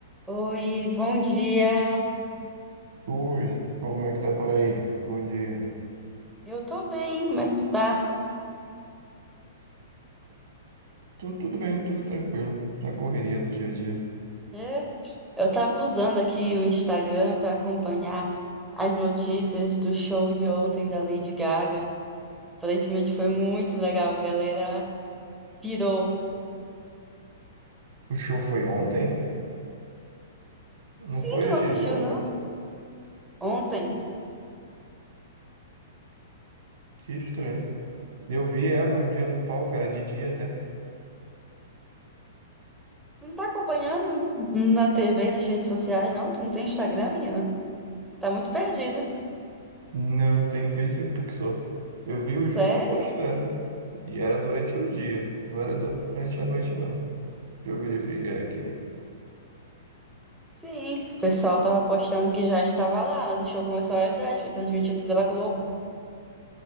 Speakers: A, in the centre; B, on the right.
A: Oi, bom dia.
B: Oi, como é que tá por aí? Bom dia.
A: Eu tô bem, como é que tu tá?
B: Tu- tudo bem, tudo tranquilo, na correria do dia a dia.
A: É, Eu tava usando aqui o Instagram pra acompanhar as notícias do show de ontem da Lady Gaga. Aparentemente foi muito legal, a galera pirou.
B: O show foi ontem? Não
A: Sim,
B: foi
A: tu
B: antes
A: não assistiu,
B: de ontem?
A: não? Ontem.
B: Que estranho. Eu vi ela um dia num palco, era de dia até.
A: Tu não tá acompanhando na TV, nas redes sociais, não? Tu não tem Instagram, menina? Tá muito perdido.
B: Não tenho Facebook só. Eu vi o
A: Sério?
B: G1 postando. E era durante o dia, não era durante a noite, não. Deixa eu verificar aqui.
A: Sim, o pessoal tava postando que já estava lá, mas o show começou às 10, foi transmitido pela Globo.